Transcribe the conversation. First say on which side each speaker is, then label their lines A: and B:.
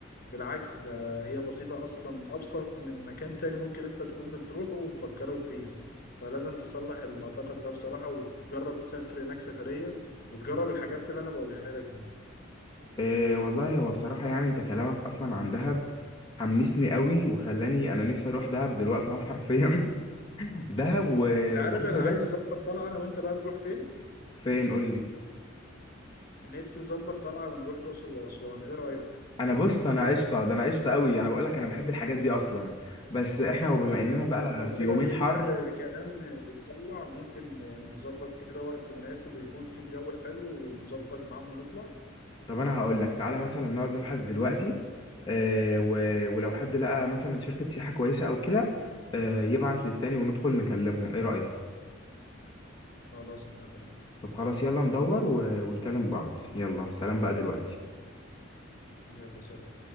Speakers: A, on the left (about 50°); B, on the left (about 25°).
A: بالعكس ده هي بسيطة أصلا أبسط من مكان تاني ممكن أنت تكون بتروحه ومفكره رخيص فلازم تصلح المعتقد ده بصراحة وتجرب تسافر هناك سفرية وتجرب الحاجات اللي أنا بقولها لك دي
B: إيه والله هو بصراحة يعني انت كلامك اصلا عن دهب حمسني قوي وخلاني انا نفسي اروح دهب دلوقتي اهو حرفيا <laughs> دهب و...
A: أنت عارف
B: وعايز
A: أنا
B: اروح
A: عايز أظبط طلعة أنا وأنت بقى نروح فين؟
B: فين قول لي
A: نفسي نظبط طلعة ونروح الأقصر وأسوان إيه رأيك؟
B: انا بص انا قشطه ده انا قشطه قوي انا بقول لك انا بحب الحاجات دي اصلا بس احنا وبما اننا بقى
A: خلاص لو
B: في
A: كده
B: يومين
A: نشوف
B: حر
A: مكان بيطلع ممكن نظبط كده وقت مناسب ويكون فيه الجو حلو ونظبط معاهم ونطلع
B: طب انا هقول لك تعالى مثلا نقعد نبحث دلوقتي إيه و... ولو حد لقى مثلا شركة سياحة كويسة او كده إيه يبعت للتاني وندخل نكلمهم ايه رأيك
A: خلاص اتفقنا
B: طب خلاص يلا ندور و... ونكلم بعض يلا سلام بقى دلوقتي
A: يلا سلام